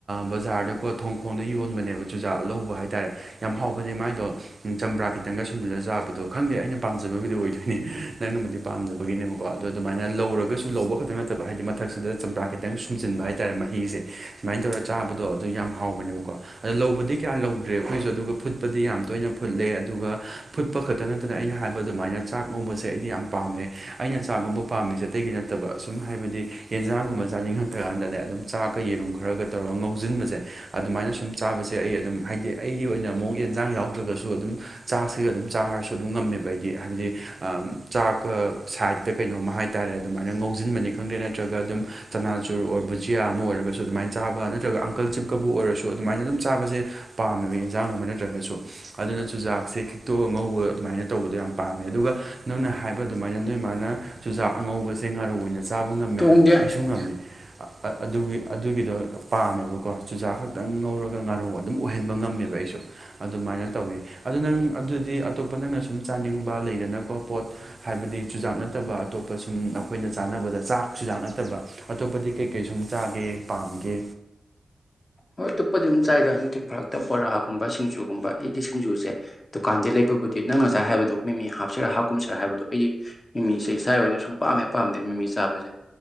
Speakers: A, on the right; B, on the left.
A: ꯕꯖꯥꯔꯗꯀꯣ ꯊꯣꯡꯈꯣꯡꯗ ꯌꯣꯟꯕꯅꯦꯕ ꯆꯨꯖꯥꯛ ꯂꯧꯕ ꯍꯥꯏꯇꯥꯔꯦ ꯌꯥꯝ ꯍꯥꯎꯕꯅꯦ ꯃꯥꯏꯗꯣ ꯆꯝꯄ꯭ꯔꯥ ꯈꯤꯇꯪꯒ ꯁꯨꯝꯖꯂ ꯆꯥꯕꯗꯣ ꯈꯪꯗꯦ ꯑꯩꯅ ꯄꯥꯝꯖꯕꯕꯨꯗꯤ ꯑꯣꯏꯗꯣꯏꯅꯦ ꯅꯪꯅꯕꯨ ꯄꯥꯝꯗꯕꯒꯤꯅꯦꯕꯀꯣ ꯑꯗꯣ ꯑꯗꯨꯃꯥꯏꯅ ꯂꯧꯔꯒꯁꯨ ꯂꯧꯕ ꯈꯛꯇꯪ ꯅꯠꯇꯕ ꯍꯥꯏꯗꯤ ꯃꯊꯛꯁꯤꯗ ꯆꯝꯄ꯭ꯔꯥ ꯈꯤꯇꯪ ꯁꯨꯝꯖꯤꯟꯕ ꯍꯥꯏꯇꯥꯔꯦ ꯃꯍꯤꯁꯦ ꯁꯨꯃꯥꯏꯅ ꯇꯧꯔꯒ ꯆꯥꯕꯗꯣ ꯑꯗꯨ ꯌꯥꯝ ꯍꯥꯎꯕꯅꯦꯕꯀꯣ ꯑ ꯂꯧꯕꯗꯤ ꯀꯌꯥ ꯂꯧꯗ꯭ꯔꯦ ꯑꯩꯈꯣꯏꯁꯨ ꯑꯗꯨꯒ ꯐꯨꯠꯄꯗꯤ ꯌꯥꯝ ꯇꯣꯏꯅ ꯐꯨꯠꯂꯦ ꯑꯗꯨꯒ ꯐꯨꯠꯄ ꯈꯛꯇ ꯅꯠꯇꯅ ꯑꯩꯅ ꯍꯥꯏꯕ ꯑꯗꯨꯃꯥꯏꯅ ꯆꯥꯛ ꯉꯣꯝꯕꯁꯦ ꯑꯩꯗꯤ ꯌꯥꯝ ꯄꯥꯝꯃꯦ ꯑꯩꯅ ꯆꯥꯛ ꯉꯕ ꯄꯥꯝꯃꯤꯁꯦ ꯑꯇꯩꯒꯤ ꯅ ꯐꯠꯇꯕ ꯑꯁꯨꯝ ꯍꯥꯏꯕꯗꯤ ꯌꯦꯟꯁꯥꯡ ꯒꯨꯝꯕ ꯆꯥꯅꯤꯡꯉꯛꯇ꯭ꯔ ꯀꯥꯟꯗꯅꯦ ꯑꯗꯨꯝ ꯆꯥꯛꯀ ꯌꯦꯔꯨꯝ ꯈꯔꯒ ꯇꯧꯔꯒ ꯉꯧꯁꯤꯟꯕꯁꯦ ꯑꯗꯨꯃꯥꯏꯅ ꯁꯨꯝ ꯆꯥꯕꯁꯦ ꯑꯩ ꯑꯗꯨꯝ ꯍꯥꯏꯗꯤ ꯑꯩꯒꯤ ꯑꯣꯏꯅ ꯑꯃꯨꯛ ꯌꯦꯟꯁꯥꯡ ꯌꯥꯎꯗ꯭ꯔꯒꯁꯨ ꯑꯗꯨꯝ ꯆꯥꯛꯁꯤꯒ ꯑꯗꯨꯝ ꯆꯥꯔꯁꯨ ꯑꯗꯨꯝ ꯉꯝꯃꯦꯕ ꯑꯩꯗꯤ ꯍꯥꯏꯕꯗꯤ ꯆꯥꯛꯀ ꯁꯥꯏꯗꯠꯇ ꯀꯩꯅꯣꯝ ꯍꯥꯏꯇꯥꯔꯦ ꯑꯗꯨꯃꯥꯏꯅ ꯉꯧꯁꯤꯟꯕꯅꯤ ꯈꯪꯗꯦ ꯅꯠꯇ꯭ꯔꯒ ꯑꯗꯨꯝ ꯆꯅꯥ ꯆꯨꯔ ꯑꯣꯏꯔ ꯕꯨꯖꯤꯌꯥ ꯑꯃ ꯑꯣꯏꯔꯒꯁꯨ ꯑꯗꯨꯃꯥꯏꯅ ꯆꯥꯕ ꯅꯠꯇ꯭ꯔꯒ ꯀꯜꯆꯤꯞꯀꯕꯨ ꯑꯣꯏꯔꯁꯨ ꯑꯗꯨꯃꯥꯏꯅ ꯑꯗꯨꯝ ꯆꯥꯕꯁꯦ ꯄꯥꯝꯃꯦꯕ ꯌꯦꯟꯖꯥꯡꯒꯨꯝꯕ ꯅꯠꯇ꯭ꯔꯒꯁꯨ ꯑꯗꯨꯅ ꯆꯨꯖꯥꯛꯁꯦ ꯈꯤꯛꯇꯣꯛ ꯑ ꯉꯧꯕ ꯑꯗꯨꯃꯥꯏꯅ ꯇꯧꯕꯗꯣ ꯌꯥꯝ ꯄꯥꯝꯃꯦ ꯑꯗꯨꯒ ꯅꯪꯅ ꯍꯥꯏꯕ ꯑꯗꯨꯃꯥꯏꯅ ꯅꯣꯏ ꯃꯥꯅ ꯆꯨꯖꯥꯛ ꯑꯉꯧꯕꯁꯦ ꯉꯥꯔꯧ ꯑꯣꯏꯅ ꯆꯥꯕ ꯉꯝꯃꯦ
B: ꯇꯣꯡꯗꯦ
A: ꯍꯥꯏꯕꯗꯣ ꯑꯩ ꯏꯨꯡꯉꯝꯅꯤ ꯑꯗꯨꯒꯤ ꯑꯗꯨꯒꯤꯗꯣ ꯄꯥꯝꯃꯦꯕꯀꯣ ꯆꯨꯖꯥꯛ ꯈꯛꯇꯪ ꯉꯧꯔꯒ ꯉꯥꯔꯨ ꯑꯗꯨꯝ ꯑꯣꯏꯍꯟꯕ ꯉꯝꯃꯦꯕ ꯑꯩꯁꯨ ꯑꯗꯨꯃꯥꯏꯅ ꯇꯧꯋꯤ ꯑꯗꯨ ꯅꯪ ꯑꯗꯨꯗꯤ ꯑꯇꯣꯞꯄ ꯅꯪꯅ ꯁꯨꯝ ꯆꯥꯅꯤꯡꯕ ꯂꯩꯗꯅꯀꯣ ꯄꯣꯠ ꯍꯥꯏꯕꯗꯤ ꯆꯨꯖꯥꯛ ꯅꯠꯇꯕ ꯑꯇꯣꯞꯄ ꯁꯨꯝ ꯑꯩꯈꯣꯏꯅ ꯆꯥꯅꯕꯗ ꯆꯥꯛ ꯆꯨꯖꯥꯛ ꯅꯠꯇꯕ ꯑꯇꯣꯞꯄꯗꯤ ꯀꯩ ꯀꯩ ꯁꯨꯝ ꯆꯥꯒꯦ ꯄꯥꯝꯒꯦ
B: ꯍꯣꯏ ꯑꯇꯣꯞꯄꯗꯤ ꯑꯗꯨꯝ ꯆꯥꯏꯗ ꯅꯊꯤꯟꯝ ꯐꯥꯔꯛꯇ ꯕꯣꯔꯥꯒꯨꯝꯕ ꯁꯤꯡꯖꯨꯒꯨꯝꯕ ꯑꯩꯒꯤ ꯁꯤꯡꯖꯨꯁꯦ ꯗꯨꯀꯥꯟꯗ ꯂꯩꯕꯕꯨꯗꯤ ꯅꯪ ꯉꯁꯥꯏ ꯍꯥꯏꯕꯗꯣ ꯃꯤꯃꯤ ꯍꯥꯞꯁꯤꯔꯥ ꯍꯥꯞꯀꯨꯝꯁꯤꯔꯥ ꯍꯥꯏꯕꯗꯣ ꯑꯩꯗꯤ ꯃꯤꯃꯤꯁꯦ ꯏꯁꯥꯒꯤ ꯑꯣꯏꯅ ꯁꯨꯝ ꯄꯥꯝꯃꯦ ꯄꯥꯝꯗꯦ ꯃꯤꯃꯤ ꯆꯥꯕꯁꯦ